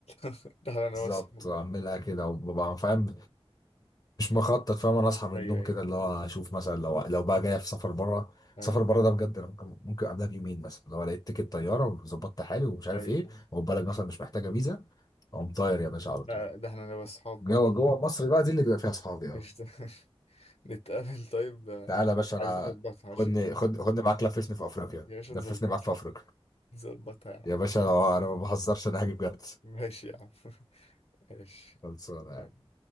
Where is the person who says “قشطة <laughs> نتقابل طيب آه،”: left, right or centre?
Left